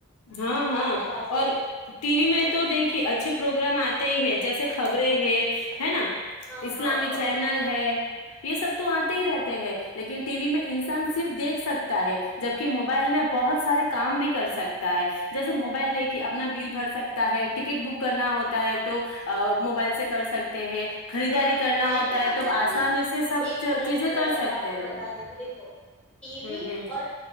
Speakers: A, on the left (about 90°); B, in the centre.
A: ہاں ہاں
B: ہر طرح سے
A: اور ٹی وی میں تو دیکھیے اچھے پروگرام آتے ہی ہے جیسے خبریں ہے ہے نا
B: ہاں
A: اسلامی
B: ہاں ہاں
A: چینل
B: بالکل
A: ہے یہ سب تو آتے ہی رہتے ہیں لیکن ٹی وی میں انسان صرف دیکھ سکتے ہے جبکہ موبائل میں بہت سے سارے کام بھی کر سکتے ہے جیسے موبائل دیکھیے اپنا بل بھر سکتا ہے ٹکٹ بک کرنا ہوتا ہے تو موبائل سے کر سکتے ہیں خریداری
B: ہ
A: کرنا
B: موبائل
A: ہوتا
B: کا مطلب
A: ہے تب آسانی سے سب
B: ایک منٹ
A: چیزیں
B: میں
A: کر سکتے
B: آپ کو
A: ہیں
B: بتا دیتی ہوں دیکھو ٹی
A: ہ
B: وی
A: ہ
B: اور